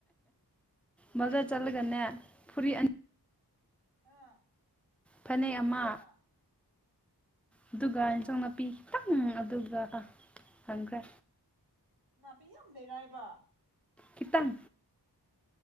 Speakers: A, on the right; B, in the centre.
A: ꯐꯨꯔꯤꯠ
B: ꯕꯖꯥꯔ ꯆꯠꯂꯒ ꯒꯅꯦ ꯐꯨꯔꯤ ꯑꯅꯤ
A: ꯑꯥ
B: ꯐꯅꯦꯛ ꯑꯃ
A: ꯐꯩꯅ
B: ꯑꯗꯨꯒ ꯌꯦꯟꯖꯥꯡ
A: ꯑꯣ
B: ꯅꯥꯄꯤ ꯈꯤꯇꯪ ꯑꯗꯨꯒ ꯈꯪꯈ꯭ꯔꯦ
A: ꯅꯥꯄꯤ ꯌꯥꯝ ꯂꯩꯔꯑꯕ
B: ꯈꯤꯇꯪ